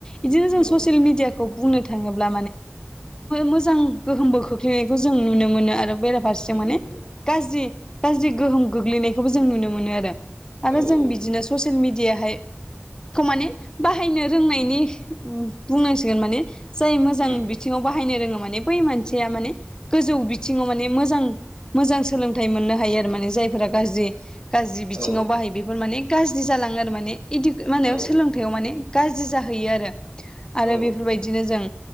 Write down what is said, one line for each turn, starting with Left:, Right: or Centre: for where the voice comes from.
Left: बिदिनो
Right: नंगौ
Left: जों ससियेल मिडियाखौ बुंनो थांङोब्ला मोजां गोहोमबो खोख्लैनाय जों नुनो मोन आरो। बेराफारसे
Right: नंगौ
Left: माने
Right: नंगौ
Left: गाज्रि गाज्रि गोहोम गोग्लैनायखौबो जों नुनो मोनो आरो। आरो
Right: औ
Left: जों
Right: औ
Left: बिदिनो ससियेल मिडियाहाय खौ माने बाहायनो रोंनायनि बुंनांसिगोन माने जाय मोजां
Right: उम
Left: बिथिंङाव बाहायनो रोंङो माने बै मानसिया माने गोजौ बिथिंङाव माने मोजां मोजां सोलोंथाइ मोननो हायो आरो माने जायफोरा गाज्रि गाज्रि बिथिंङाव
Right: औ
Left: बाहायो बेफोर माने गाज्रि जालांङो आरो माने इ माने
Right: औ
Left: सोलोंथाइयाव माने गाज्रि जाहैयो आरो आरो
Right: औ
Left: बेफोरबायदिनो जों